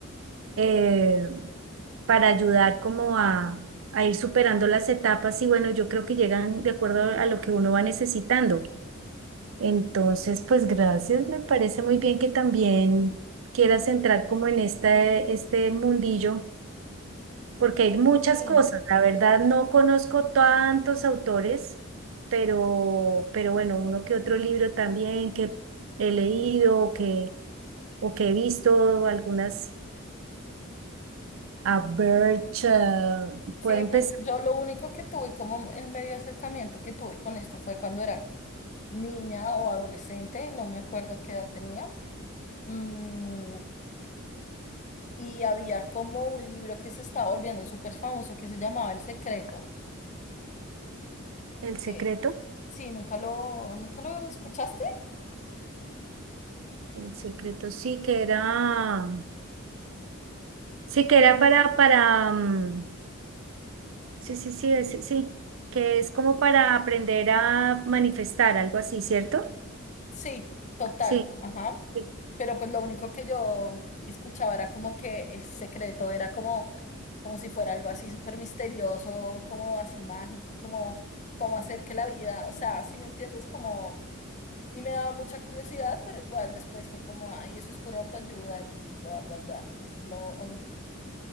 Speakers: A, on the right; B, on the left.
A: eh, para ayudar como a, a ir superando las etapas y bueno, yo creo que llegan de acuerdo a lo que uno va necesitando. Entonces, pues gracias, me parece muy bien que también quieras entrar como en este, este mundillo, porque hay muchas
B: Sí.
A: cosas, la verdad no conozco tantos autores, pero, pero bueno, uno que otro libro también que he leído o que, o que he visto algunas A Birch, eh,
B: Sí,
A: puede empezar
B: pues yo lo único que tuve como el medio acercamiento que tuve con esto fue cuando era niña o adolescente, no me acuerdo qué edad tenía. mm, y había como un libro que se estaba volviendo súper famoso que se llamaba El Secreto.
A: el secreto.
B: Eh, sí, nunca lo, ¿nunca lo escuchaste?
A: El secreto sí que era, sí que era para, para, mm, sí, sí, sí, es- sí, que es como para aprender a manifestar, algo así, ¿cierto?
B: Sí, total,
A: Sí.
B: ajá.
A: Sí,
B: Pero pues lo único que yo escuchaba era como que El Secreto era como, como si fuera algo así súper misterioso, como así mágico, como, como hacer que la vida, o sea, si me entiendes, como... Y me daba mucha curiosidad, pero igual después fue como, ay, eso es pura autoayuda y bla, bla, bla. Entonces lo omití.